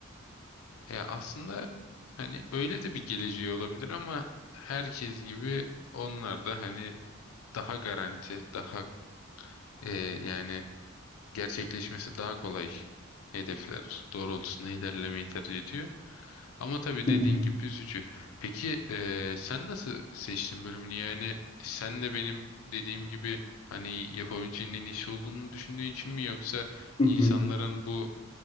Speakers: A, on the left; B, on the left.
A: E, aslında hani öyle de bir geleceği olabilir ama herkes gibi onlar da hani daha garanti, daha e, yani gerçekleşmesi daha kolay hedefler doğrultusunda ilerlemeyi tercih ediyor. Ama tabii dediğin
B: Hı hı,
A: gibi üzücü. Peki eee, sen nasıl seçtin bölümünü? Yani sen de benim dediğim gibi hani yapabileceğin en iyi iyisi olduğunu düşündüğün için mi yoksa
B: hı
A: insanların
B: hı.
A: bu